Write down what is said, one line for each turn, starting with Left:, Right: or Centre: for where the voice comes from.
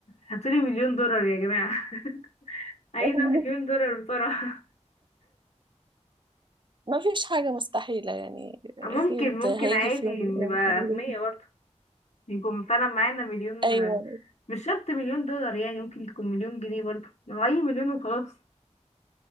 Left: هاتولي مليون دولار يا جماعه <laughs> عايزه
Right: <laughs>
Left: مليون دولار بصراحه
Right: ما فيش حاجة مستحيلة يعني
Left: <laughs>
Right: أكيد
Left: ممكن ممكن
Right: هيجي
Left: عادي
Right: في يوم من
Left: نبقى
Right: الأيام.
Left: اغنياء برضه يكون فعلا معانا مليون
Right: أيوة
Left: مش شرط مليون دولار يعني ممكن تكون مليون جنيه برضه هو اي مليون وخلاص